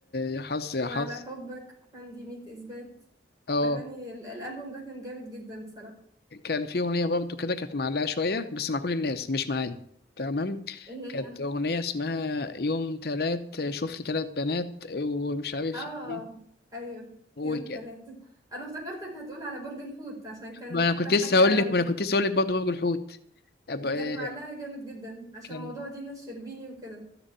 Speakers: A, on the left; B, on the right.
A: يا حظ يا
B: وعلى
A: حظ
B: حبك عندي مية إثبات
A: اه
B: الأغاني ال- الألبوم ده كان جامد جدا بصراحة
A: كان في اغنيه برضو كده كانت معلقه شويه بس مع كل الناس مش معايا تمام
B: ايه هي
A: كانت اغنيه اسمها يوم تلات شفت تلات بنات ومش عارف
B: اه
A: ايه
B: أيوه
A: وكده
B: يوم تلاتة أنا افتكرتك هتقول على برج الحوت عشان كانت
A: ما انا
B: أكتر
A: كنت
B: حاجة
A: لسه هقول لك ما انا كنت لسه هقول لك برضه برج الحوت
B: <laughs>
A: أب-
B: دي
A: آه،
B: كانت معلقة جامد جدا عشان
A: كان
B: موضوع دينا الشربيني وكده